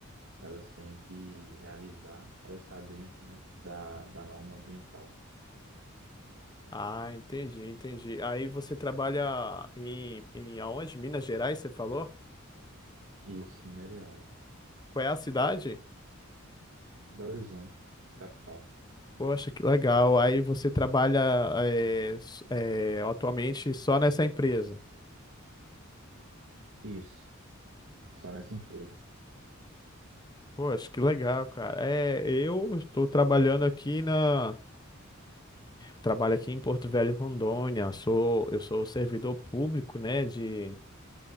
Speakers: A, on the right; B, on the left.
A: elas têm que realizar para estar dentro, né, da, da norma ambiental.
B: Ah, entendi, entendi. Aí você trabalha em, em aonde? Minas Gerais, você falou?
A: Isso, minerais.
B: Qual é a cidade?
A: Belo Horizonte, capital.
B: Poxa, que legal. Aí você trabalha é, s- é, atualmente só nessa empresa.
A: Isso, só nessa empresa.
B: Poxa, que legal, cara. É, eu estou trabalhando aqui na. Trabalho aqui em Porto Velho, Rondônia. Sou, eu sou servidor público, né, de